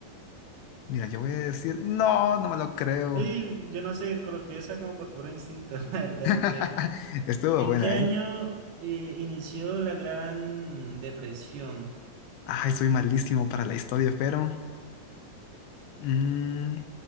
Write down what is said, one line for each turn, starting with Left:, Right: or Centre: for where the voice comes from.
Left: Mira, yo voy a decir, no, no me lo creo.
Right: Ay, yo no sé, coloqué esa como por puro instinto, <laughs> la verdad,
Left: <laughs>
Right: no sé.
Left: Estuvo
Right: ¿En
Left: buena,
Right: qué año
Left: ¿eh?
Right: eh, inició la Gran Depresión?
Left: Ay, soy malísimo para la historia, pero mm,